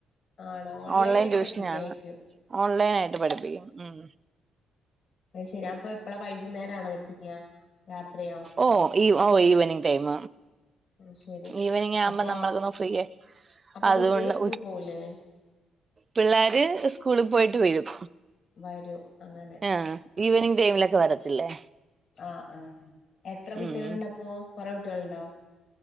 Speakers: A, on the left; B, on the right.
A: ആണോ
B: ഓൺലൈൻ
A: ആയിട്ട്
B: ട്യൂഷനാണ്
A: പഠിപ്പിക്കായിരിക്കും
B: ഓൺലൈൻ ആയിയിട്ട് പഠിപ്പിക്കും ഉം....
A: ആയ്ശരിയാ അപ്പ എപ്പളാ വൈകുന്നേര ആണോ പടിപ്പിക്ക രാത്രിയാ....
B: ഓഹ് ഈ ഓഹ് ഈവനിങ്ങ് ടൈം....
A: അത് ശരി
B: ഈവനിങ് ആവുമ്പോ
A: അപ്പൊ
B: നമ്മൾക്കന്ന ഫ്രീയ
A: അപ്പൊ
B: അതുകൊണ്ട്....
A: കുട്ടികള് സ്കൂൾ പോവൂലേ
B: പിള്ളോര് സ്കൂളിൽ പോയിട്ട് വരും....
A: വരൂ അങ്ങനെ....
B: ആഹ് ഈവനിംഗ് ടൈമിലൊക്കെ വരത്തില്ലേ....
A: ആ ആ എത്ര കുട്ടികൾുണ്ട
B: ഉം
A: അപ്പൊ കൊറെേ കുട്ടികൾുണ്ടോ